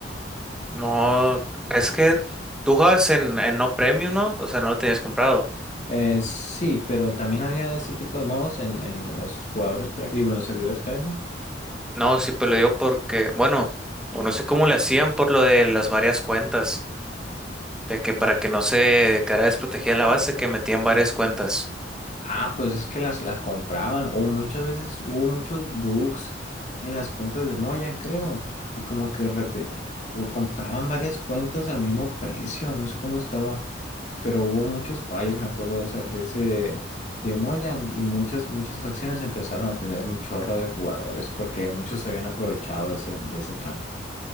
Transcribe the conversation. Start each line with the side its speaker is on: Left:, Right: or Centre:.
Centre: No, es que tú jugabas en, en No Premium, ¿no? O sea, no lo tenías comprado.
Left: Eh, sí, pero también había ese tipo de modos en, en los jugadores, pre- digo, en los servidores premium.
Centre: No, sí, pero lo digo porque, bueno, o no sé cómo le hacían por lo de las varias cuentas, de que para que no se quedara desprotegida la base, que metían varias cuentas.
Left: Ah, pues es que las, las compraban o muchas veces hubo muchos bugs en las cuentas de Moyan, creo, y como que repe- o compraban varias cuentas al mismo precio, no sé cómo estaba, pero hubo muchos fallos, me acuerdo de, esa- de ese de Mojang y muchas muchas facciones empezaron a tener un chorro de jugadores porque muchos se habían aprovechado de, ese- de esa trampa.